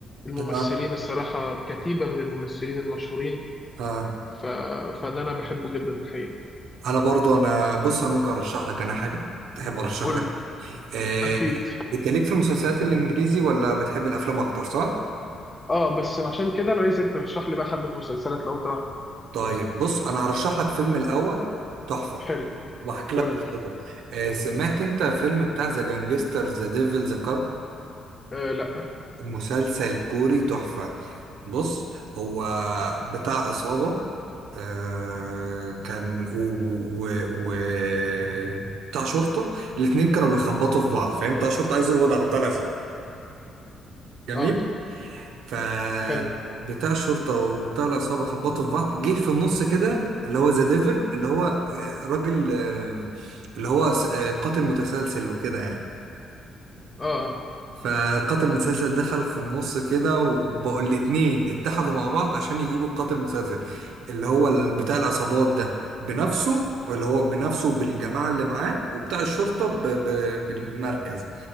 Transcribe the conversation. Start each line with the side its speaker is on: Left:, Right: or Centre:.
Left: الممثلين
Right: اه
Left: الصراحة كتيبة من الممثلين المشهورين
Right: اه
Left: ف... فده أنا بحبه جدا الحقيقة
Right: انا برضو انا بص انا ممكن ارشح لك انا حاجه تحب ارشح
Left: قول
Right: لك
Left: لي.
Right: آه،
Left: أكيد
Right: انت ليك في المسلسلات الانجليزي ولا بتحب الافلام اكتر صح
Left: اه بس عشان كده أنا عايزك ترشح لي بقى حبة مسلسلات لو تعرف
Right: طيب بص انا هرشح لك فيلم الاول تحفه
Left: حلو
Right: واحكي لك
Left: قول
Right: قصته
Left: لي.
Right: آه، سمعت انت فيلم بتاع ذا جانجستر ذا ديفل ذا كاب
Left: آه لا
Right: مسلسل كوري تحفه بص هو بتاع عصابة آه كان و... و... و... و- بتاع شرطة الاتنين كانوا بيخبطوا في بعض فاهم بتاع شرطة عايز يقبض على بتاع العصابة جميل
Left: اه
Right: ف
Left: حلو
Right: بتاع الشرطة وبتاع العصابة خبطوا في بعض جه في النص كده اللي هو ذا ديفل اللي هو آه، راجل آه، اللي هو س- آه، قاتل متسلسل وكده يعني
Left: اه اه
Right: فقاتل متسلسل دخل في النص كده وبقوا الاتنين اتحدوا مع بعض عشان يجيبوا القاتل المتسلسل اللي هو ال- بتاع العصابات ده بنفسه واللي هو بنفسه بالجماعة اللي معاه وبتاع الشرطة ب... ب... بالمركز